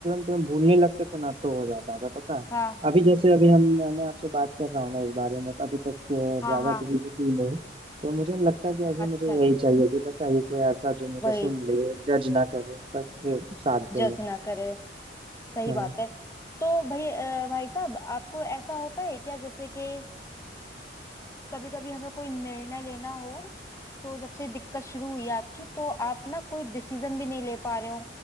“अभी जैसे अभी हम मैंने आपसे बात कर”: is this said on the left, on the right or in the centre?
Right